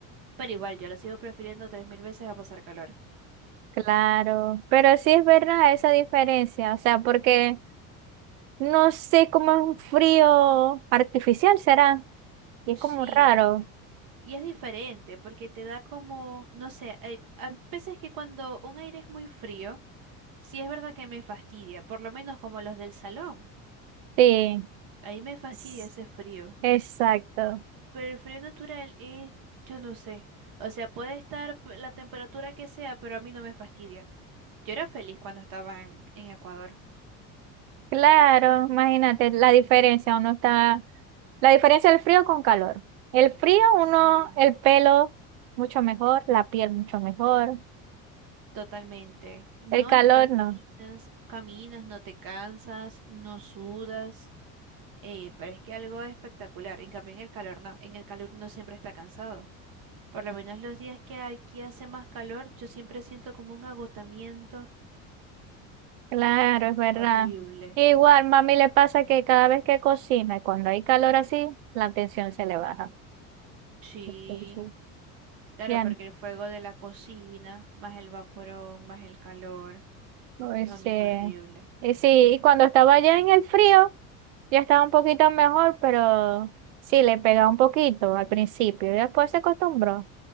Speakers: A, on the right (about 55°); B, on the right (about 80°).
A: Pero igual, yo lo sigo prefiriendo tres mil veces a pasar calor.
B: Claro, pero sí es verdad esa diferencia, o sea, porque No sé cómo es un frío artificial, será. Y es
A: Sí.
B: como raro.
A: Y es diferente porque te da como, no sé, hay, hay veces que cuando un aire es muy frío, sí es verdad que me fastidia, por lo menos como los del salón.
B: Sí,
A: Ahí me fastidia
B: s-
A: ese frío.
B: exacto.
A: Pero el frío natural es, yo no sé. O sea, puede estar p- la temperatura que sea, pero a mí no me fastidia. Yo era feliz cuando estaba en, en Ecuador.
B: Claro, imagínate la diferencia. Uno está. La diferencia del frío con calor. El frío, uno,
A: Sí.
B: el pelo mucho mejor, la piel mucho mejor.
A: Totalmente. No,
B: El calor
A: y caminas,
B: no.
A: caminas, no te cansas, no sudas. Eh, pero es que algo espectacular. En cambio, en el calor no. En el calor uno siempre está cansado. Por lo menos los días que aquí hace más calor, yo siempre siento como un agotamiento
B: Claro, es verdad.
A: horrible.
B: Igual, mami le pasa que cada vez que cocina, cuando hay calor así, la tensión se le baja.
A: Sí,
B: La
A: claro,
B: Ya
A: porque
B: no.
A: el fuego de la cocina, más el vaporón, más el calor. No,
B: Ese,
A: mijo, horrible.
B: y sí, y cuando estaba ya en el frío, ya estaba un poquito mejor, pero sí, le pegaba un poquito al principio, y después se acostumbró.